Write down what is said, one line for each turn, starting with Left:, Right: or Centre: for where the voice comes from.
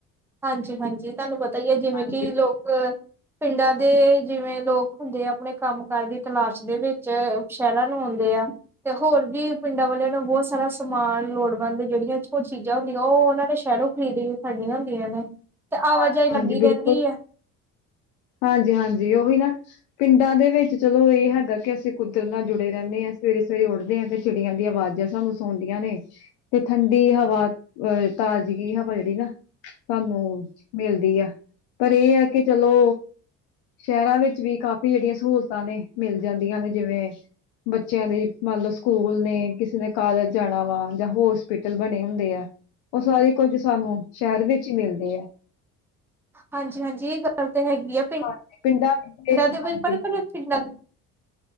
Centre: ਹਾਂਜੀ- ਹਾਂਜੀ ਤੁਹਾਨੂੰ ਪਤਾ ਹੀ ਹੈ
Left: ਹਾਂਜੀ
Centre: ਜਿਵੇਂ ਕਿ ਲੋਕ, ਪਿੰਡਾਂ ਦੇ ਜਿਵੇਂ ਲੋਕ ਹੁੰਦੇ ਆ ਆਪਣੇ ਕੰਮ ਕਾਰ ਦੀ ਤਲਾਸ਼ ਦੇ ਵਿੱਚ ਸ਼ਹਿਰਾਂ ਨੂੰ ਆਉਂਦੇ ਆ, ਤੇ ਹੋਰ ਵੀ ਪਿੰਡਾਂ ਵਾਲਿਆਂ ਨੂੰ ਬਹੁਤ ਸਾਰਾ ਸਮਾਨ ਲੋੜਵੰਦ ਜਿਹੜੀਆਂ ਕੁਝ ਚੀਜ਼ਾਂ ਹੁੰਦੀਆਂ ਉਹਨਾਂ ਦੇ ਸ਼ਹਿਰੋਂ ਰੀ <unintelligible> ਖੜੀਆਂ ਹੁੰਦੀਆਂ ਨੇ ਤੇ ਆਵਾਜਾਈ
Left: ਹਾਂਜੀ
Centre: ਲੱਗੀ
Left: ਹਾਂਜੀ
Centre: ਰਹਿੰਦੀ
Left: ਬਿਲਕੁਲ
Centre: ਹੈ।
Left: ਹਾਂਜੀ -ਹਾਂਜੀ, ਔਹੀ ਨਾ ਪਿੰਡਾਂ ਦੇ ਵਿੱਚ ਚਲੋ ਇਹ ਹੈਗਾ ਕਿ ਅਸੀਂ ਕੁਦਰਤ ਨਾਲ ਜੁੜੇ ਰਹਿੰਦੇ ਹਾਂ। ਸਵੇਰੇ -ਸਵੇਰੇ ਉੱਦੇ ਆ ਤੇ ਚਿੜੀਆਂ ਦੀ ਆਵਾਜ਼ਾਂ ਸਾਨੂੰ ਸੁਦੀਆਂ ਨੇ ਤੇ ਠੰਡੀ ਹਵਾ ਅਹ ਤਾਜ਼ਗੀ ਹਵਾ ਜਿਹੜੀ ਨਾ ਸਾਨੂੰ ਮਿਲਦੀ ਆ ਪਰ ਇਹ ਆ ਕਿ ਚਲੋ। ਸ਼ਹਿਰਾਂ ਵਿੱਚ ਵੀ ਕਾਫੀ ਜਿਹੜੀਆਂ ਸਹੂਲਤਾਂ ਨੇ ਮਿਲ ਜਾਂਦੀਆਂ ਨੇ ਜਿਵੇਂ, ਬੱਚਿਆਂ ਦੇ ਮੰਨ ਲਓ ਸਕੂਲ ਨੇ ਕਿਸੇ ਨੇ ਕਾਲਜ ਜਾਣਾ ਵਾ ਜਾਂ ਹੋਰਸਪਿ ਟਲ ਬਣੇ ਹੁੰਦੇ ਆ ਉਹ ਸਾਰੇ ਕੁੱਝ ਸਾਨੂੰ ਸ਼ਹਿਰ ਵਿੱਚ ਹੀ ਮਿਲਦੇ ਆ।
Centre: ਹਾਂਜੀ -ਹਾਂਜੀ ਇਹ ਗੱਲ ਤਾਂ ਹੈਗੀ ਹੈ ਪਿੰ
Left: ਹਾਂਜੀ
Centre: ਪਿੰਡਾਂ
Left: ਵਿੱਚ ਤੇ-
Centre: ਦੇ
Left: ਹਾਂਜੀ
Centre: ਵਿੱਚ ਪਰਤਾ <unintelligible> ਪਿੰਡਾਂ ਪਿੰਡਾਂ